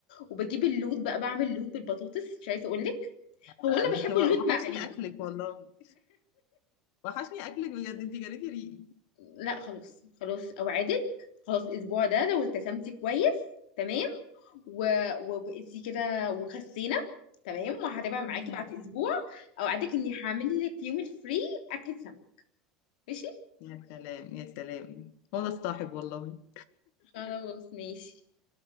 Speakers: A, on the left; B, on the left.
A: وبجيب اللوت بقى بعمل لوت بالبطاطس مش عايزه اقول لك
B: أنا-
A: هو انا
B: انت
A: بحب
B: و-
A: اللوت
B: وحشني
A: مقلي
B: اكلك والله وحشني اكلك بجد انت جريتي ريقي
A: لا خلاص خلاص اوعدك خلاص الاسبوع ده لو التزمتي كويس تمام و... وبقيتي كده وخسينا تمام وهتبقى
B: مم.
A: معاكي بعد اسبوع اوعدك اني هعمل لك في يوم الفري اكلة سمك ماشي
B: يا سلام يا سلام هو ده الصاحب والله
A: خلاص ماشي